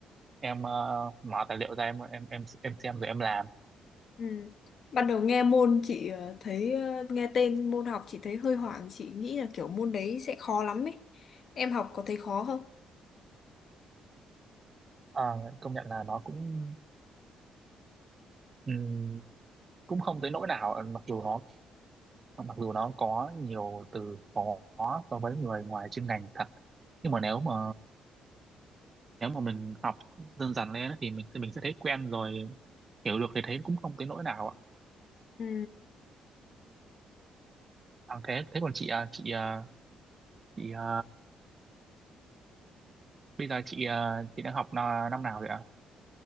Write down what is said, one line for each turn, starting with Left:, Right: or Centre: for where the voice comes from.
Right: em uh, mở tài liệu ra em em em em xem rồi em làm
Left: ừ. Ban đầu nghe môn chị ờ, thấy ờ, nghe tên môn học chị thấy hơi hoảng, chị nghĩ là kiểu môn đấy sẽ khó lắm ấy. Em học có thấy khó không?
Right: Ờ, công nhận là nó cũng ừm, cũng không tới nỗi nào mặc dù nó mặc dù nó có nhiều từ khó so với người ngoài chuyên ngành thật nhưng mà nếu mà nếu mà mình học dần dần lên thì mình mình sẽ thấy quen rồi hiểu được thì thấy cũng không tới nỗi nào ạ
Left: Ừ.
Right: à, thế thế còn chị à, chị à, chị à, bây giờ chị à, chị đang học nà- năm nào vậy ạ